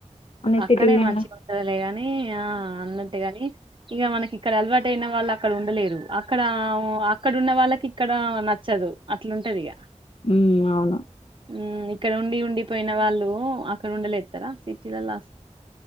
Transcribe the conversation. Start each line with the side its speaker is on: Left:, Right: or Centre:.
Left: అన్ని
Right: అక్కడే
Left: సిటీల్నేనా
Right: మంచిగా ఉంటదిలే గాని ఆ అన్నట్టు గాని ఇగా మనకి ఇక్కడ అలవాటు అయిన వాళ్ళు అక్కడ ఉండలేరు అక్కడ అక్కడ ఉన్న వాళ్ళకి ఇక్కడ నా చదు అట్లా ఉంటది ఇగ
Left: ఉమ్ అవును
Right: ఉ ఇక్కడ ఉండి ఉండిపోయిన వాళ్ళు అక్కడ ఉండలేత్తరా సిటీ లలా